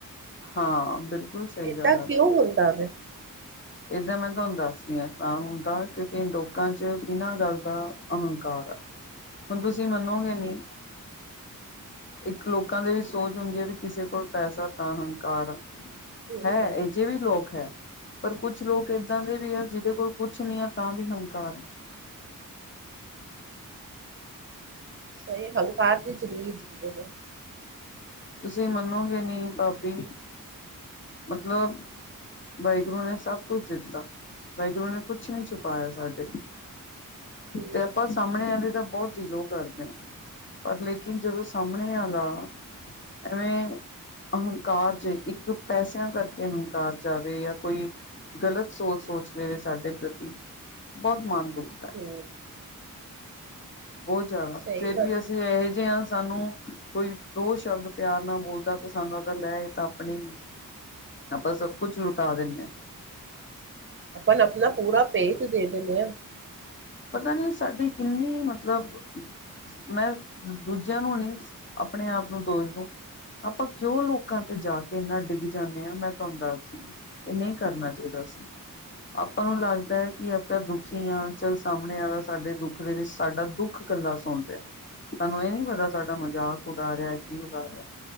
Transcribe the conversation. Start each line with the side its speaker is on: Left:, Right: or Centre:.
Left: ਹਾਂ ਬਿਲਕੁਲ ਸਹੀ
Right: ਏਦਾਂ
Left: ਗੱਲ
Right: ਕਿਉਂ
Left: ਆਖੀ
Right: ਹੁੰਦਾ ਵੇ
Left: ਏਦਾਂ ਮੈਂ ਤੁਹਾਨੂੰ ਦੱਸਦੀ ਹਾਂ ਤਾਂ ਹੁੰਦਾ ਕਿਉਂਕਿ ਲੋਕਾਂ ਚ ਬਿਨਾਂ ਗੱਲ ਦਾ ਅਹੰਕਾਰ ਆ ਹੁਣ ਤੁਸੀਂ ਮੰਨੋਗੇ ਨੀ ਇੱਕ ਲੋਕਾਂ ਦੇ ਵੀ ਸੋਚ ਹੁੰਦੀ ਹੈ ਵੀ ਕਿਸੇ ਕੋਲ ਪੈਸਾ ਤਾਂ ਹੰਕਾਰ ਆ
Right: ਹੂੰ
Left: ਹੈਂ
Right: ਹੂੰ
Left: ਇਹੋ ਜੇ ਵੀ ਲੋਕ ਹੈ ਪਰ ਕੁਛ ਲੋਕ ਇੱਦਾਂ ਦੇ ਵੀ ਆ ਜਿਹਦੇ ਕੋਲ ਕੁਛ ਨੀ ਆ ਤਾਂ ਵੀ ਹੰਕਾਰ ਆ
Right: ਸਹੀ ਹੰਕਾਰ ਦੀ ਜ਼ਿੰਦਗੀ ਜੀ ਰਹੇ ਨੇ
Left: ਤੁਸੀਂ ਮੰਨੋਗੇ ਨਹੀਂ ਭਾਬੀ ਮਤਲਬ ਵਾਹਿਗੁਰੂ ਨੇ ਸਭ ਕੁਛ ਦਿੱਤਾ, ਵਾਹਿਗੁਰੂ ਨੇ ਕੁਛ ਨੀ ਛਿਪਾਇਆ ਸਾਡੇ।
Right: ਹੂੰ ਹੂੰ
Left: ਤੇ ਆਪਾਂਸ, ਸਾਹਮਣੇ ਆਲੇ ਤਾਂ ਬੋਤ ਦਿਲੋ ਕਰਦੇ ਆ, ਪਰ ਲੇਕਿਨ ਜਦੋਂ ਸਾਹਮਣੇ ਆਲਾ। ਐਵੇਂ, ਅਹੰਕਾਰ ਚ ਇੱਕ ਪੈਸਿਆਂ ਕਰਕੇ ਅਹੰਕਾਰ ਚ ਆ ਜਾਏ ਜਾਂ ਕੋਈ, ਗਲਤ ਸੋਚ ਸੋਚਦੇ ਵੇ ਸਾਡੇ ਪ੍ਰਤੀ ਬੋਤ ਮਾਨ ਦੁਖਦਾ ਹੈ।
Right: ਹੂੰ।
Left: ਬੋਤ ਜਾਦਾ
Right: ਸਹੀ
Left: ਫੇਰ
Right: ਗੱਲ
Left: ਵੀ ਅਸ, ਲੈ ਜੇਹਨ ਸਾਨੂੰ ਕੋਈ ਦੋ ਸ਼ਬਦ ਪਿਆਰ ਨਾ ਬੋਲਦਾ ਤੇ ਸਾਨੂੰ ਹੋਤਾਂ ਲੈ ਇਹ ਤਾਂ ਆਪਣਾ ਈ ਆਪਾਂ ਸਭ ਕੁਛ ਲੁਟਾ ਦਿੰਨੇ ਆ।
Right: ਆਪਾਂ ਨ ਆਪਣਾ ਪੂਰਾ ਭੇਤ ਦੇ ਦਿੰਨੇ ਆ।
Left: ਪਤਾ ਨੀ ਸਾਡੀ ਕਿੰਨੀ ਮਤਲਬ, ਮੈਂ ਦੂਜਿਆਂ ਨੂੰ ਨੀ ਆਪਣੇ ਆਪ ਨੂੰ ਦੋਸ਼ ਦੂੰ। ਆਪਾਂ ਕਿਉਂ ਲੋਕਾਂ ਤੇ ਜਾ ਕੇ ਇੰਨਾ ਡਿੱਗ ਜਾਂਨੇ ਆ ਮੈਂ ਤੁਹਾਨੂ ਦੱਸਦੀ। ਇਹ ਨਹੀਂ ਕਰਨਾ ਚਾਹੀਦਾ ਸੀ, ਆਪਾਂ ਨੂੰ ਲੱਗਦਾ ਹੈ ਕਿ ਆਪਾਂ ਦੁਖੀ ਹਾਂ ਚਲ। ਸਾਹਮਣੇ ਆਲਾ ਸਾਡੇ ਦੁੱਖ ਦੇ ਵਿੱਚ ਸਾਡਾ ਦੁੱਖ ਕੱਲਾ ਸੁਣ ਰਿਹਾ। ਸਾਨੂੰ ਇਹ ਨੀ ਪਤਾ ਸਾਡਾ ਮਜ਼ਾਕ ਉਡਾ ਰਿਹਾ ਕੀ ਉਡਾ ਰਿਹਾ